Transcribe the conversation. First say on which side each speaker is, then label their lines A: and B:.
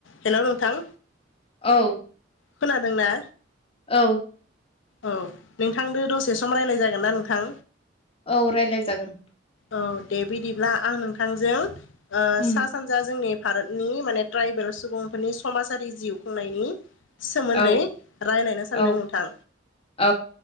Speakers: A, on the left; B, on the left.
A: हेलौ नोंथां
B: औ
A: खोनादों ना?
B: औ
A: औ नोंथांदो दसे सम राय्लनाय जागोन ना नोंथां?
B: औ रायज्लाय जागोन।
A: औ दे बिदिब्ला आं नोंथांजों ओ
B: उम
A: सा सानजा जोंनि भारतनि माने ट्राइबेल सुबुंफोरनि समाजारि जिउ खुंनायनि सोमोन्दै
B: औ
A: रायलायनो सानदों
B: औ
A: नोंथां।
B: औ